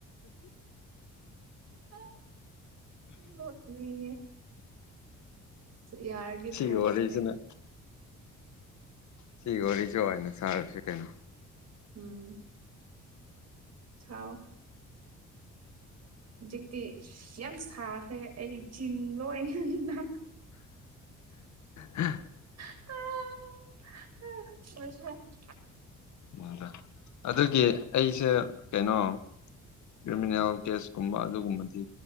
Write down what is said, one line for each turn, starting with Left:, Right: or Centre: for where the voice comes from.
Right: <unintelligible> ꯌꯥꯔꯗꯤ
Left: ꯁꯤꯒꯤ
Right: ꯐꯔꯦꯅ
Left: ꯋꯥꯔꯤꯁꯤꯅ
Right: ꯀꯩꯅꯣ
Left: ꯁꯤ ꯋꯥꯔꯤꯁꯨ ꯍꯣꯏꯅ ꯁꯥꯔꯁꯤ ꯀꯩꯅꯣ
Right: ꯎꯝ ꯆꯥꯎ ꯍꯧꯖꯤꯛꯇꯤ ꯌꯥꯝ ꯁꯥꯈ꯭ꯔꯦ ꯑꯩ ꯆꯤꯟꯕ ꯑꯣꯏꯅ ꯑꯗꯨꯅ
Left: ꯎꯝ
Right: <unintelligible>
Left: ꯎꯗ ꯑꯗꯨꯒꯤ ꯑꯩꯁꯦ ꯀꯩꯅꯣ ꯀ꯭ꯔꯤꯃꯤꯅꯦꯜ ꯀꯦꯁ ꯀꯨꯝꯕ ꯑꯗꯨꯒꯨꯝꯕꯗꯤ